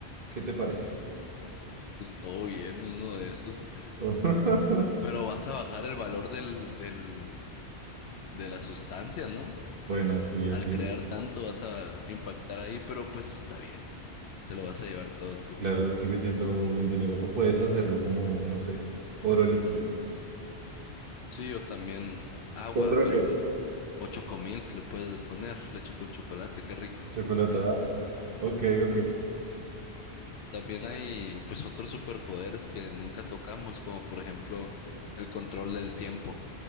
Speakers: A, on the right; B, on the left.
A: ¿Qué te parece?
B: pues todo bien, uno de esos.
A: <laughs>
B: Pero vas a bajar el valor del, del, de la sustancia, ¿no?
A: Bueno, sí, es
B: Al
A: cierto.
B: crear tanto vas a impactar ahí, pero pues está bien, te lo vas a llevar todo tú.
A: Claro, sigue siendo buen dinero. O puedes hacerlo como, no sé, oro líquido.
B: Sí, yo también agua,
A: Petróleo.
B: pero o chocomilk le puedes poner, leche con chocolate, qué rico.
A: Chocolatada.
B: imagínate.
A: Ok, ok.
B: También hay pues otros superpoderes que nunca tocamos, como por ejemplo el control del tiempo.